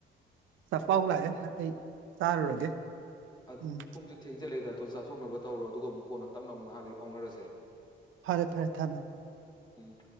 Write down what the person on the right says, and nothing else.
ꯆꯐꯥꯎ ꯂꯥꯛꯑꯦ ꯑꯩ ꯆꯥꯔꯨꯔꯒꯦ
ꯎꯝ
ꯐꯔꯦ ꯐꯔꯦ ꯊꯝꯃꯦ